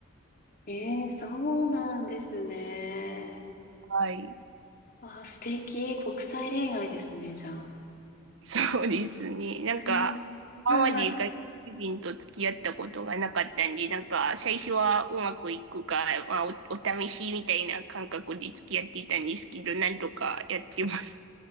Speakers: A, on the left; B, on the right.
A: ええー、そうなんですね。
B: はい。
A: わあ、素敵。国際恋愛ですね、じゃあ。
B: そうですね。なんか、
A: え
B: 今まで外国人と付き合ったことがなかったんで、
A: ー、はい。
B: なんか、最初はうまくいくか、まあ、お、お試しみたいな感覚で付き合っていたんですけど、なんとかやってます。